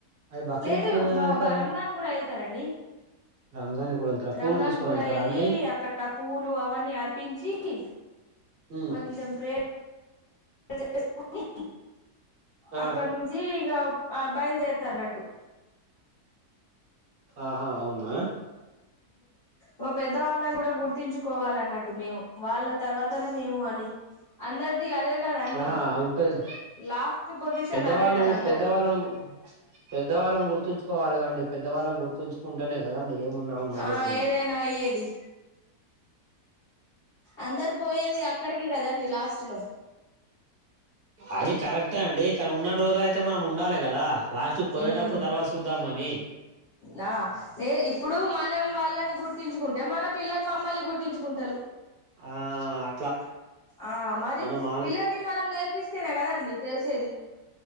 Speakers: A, on the right; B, on the left.
A: అవి బక్రీదుకేనా
B: లేదు మా
A: వెళ్తారూ కదా.
B: రంజాన్ కూడా వెళ్తారండి
A: రంజాన్ కూడా వెళ్తారా
B: రంజాన్
A: పూలు తీసుకొని
B: గూడ
A: వెళ్తారా
B: వెళ్ళి
A: అండి
B: అక్కడ పూలు అవన్నీ అర్పించి. పీ
A: ఉమ్,
B: కొంచెం ప్రేయర్ చేసుకొని
A: ఆ
B: అక్కడ నుంచి ఇక ఆ బయలుదేర్తారున్నట్టు.
A: ఆహా అవునా
B: మ పెద్ద వాళ్ళ కూడా గుర్తించుకోవాలన్నట్టు మేము వాళ్ళ తర్వాతనే, మేము అని అందరిది అదే కదా అండి
A: ఆహా ఉంటది.
B: లాస్ట్ పొజిషన్
A: పెద్దవాళ్ళు
B: అదే కదా అందరిది
A: పెద్దవాళ్ళని పెద్దవాళ్ళని గుర్తుంచుకోవాలిదండి పెద్దవాళ్ళం గుర్తు చుకుంటానే కదా అండి ఏమున్నా ఉన్నా
B: ఆ
A: లేకున్నా.
B: ఏదైనా అయ్యేది అందరు పోయేది అక్కడికే కదండి లాస్ట్ లో
A: అది కరెక్టే అండి. కానీ ఉన్నన్ని రోజులు అయితే మనం ఉండాలి కదా లాస్ట్ పోయేటప్పుడు
B: ఉమ్
A: తర్వాత చూద్దాం కాని
B: నా లేదు ఇప్పుడు మన్ నమ్ వాళ్ళని గురు తుంచుకుంటే మన పిల్లలు మనల్ని గుర్ గుర్తించుకుంటాలు
A: ఆ అట్లా
B: ఆ మరి
A: మనం ఆల్
B: పిల్లలని మనం నేర్ నేర్పిస్తేనే కదండి తెలుస్